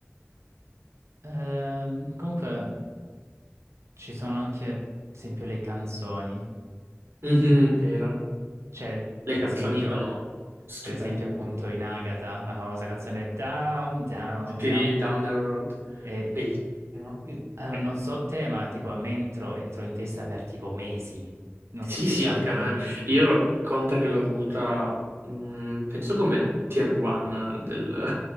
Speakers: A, on the right; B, on the right.
A: Ehm, comunque ci sono anche, per esempio, le canzoni.
B: Mhm, vero.
A: Cioè,
B: Le
A: per
B: canzoni
A: esempio,
B: sono stupende.
A: per esempio appunto in Agatha, la famosa canzone Down, Down,
B: Sì,
A: Down. Down.
B: Down the Road,
A: E,
B: bellissimo.
A: io- eh,
B: Eh,
A: non so te, ma tipo a me entrò entrò in testa per tipo mesi. Non sto
B: Sì,
A: scherzando,
B: sì, anche a me.
A: mesi.
B: Io conta che l'ho avuta, mh, penso come tier 1 del-